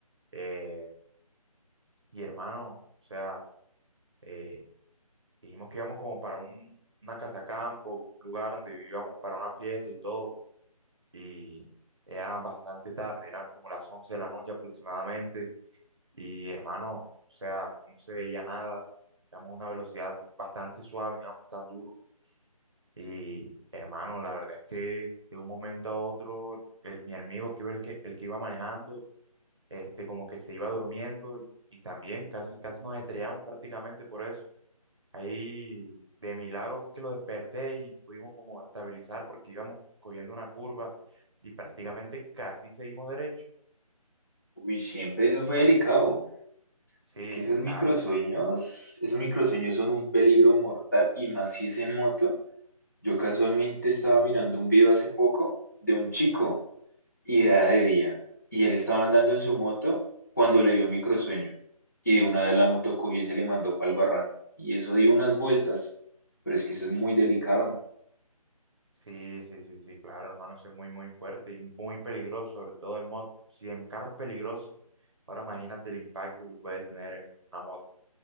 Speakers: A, on the right (about 45°); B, on the left (about 30°).
A: eh, y hermano, o sea, eh, dijimos que íbamos como para un, una casa campo, un lugar donde íbamos para una fiesta y todo, y era bastante tarde, eran como las 11 de la noche aproximadamente, y hermano, o sea, no se veía nada, íbamos a una velocidad bastante suave, no íbamos tan duro Y hermano, la verdad es que de un momento a otro, el- mi amigo que iba, el que, el que iba manejando, este, como que se iba durmiendo y, y también casi, casi nos estrellamos prácticamente por eso. Ahí de milagro fue que lo desperté y pudimos como estabilizar porque íbamos cogiendo una curva y prácticamente casi seguimos derecho.
B: Uy, siempre
A: Muy
B: eso fue
A: fuerte.
B: delicado.
A: Sí,
B: Es que esos
A: sí, claro,
B: microsueños,
A: hermano.
B: esos microsueños son un peligro mortal, y más si es en moto. Yo casualmente estaba mirando un video hace poco de un chico. y era de día,
A: Sí.
B: y él estaba andando en su moto cuando le dio un microsueño, y de una vez la moto cogió y se le mandó para el barranco, y eso dio unas vueltas, pero es que eso es muy delicado.
A: Sí, sí, sí, sí, claro, hermano, eso es muy, muy fuerte y muy peligroso, sobre todo en moto. Si en carro es peligroso, ahora imagínate el impacto que puede tener en una moto.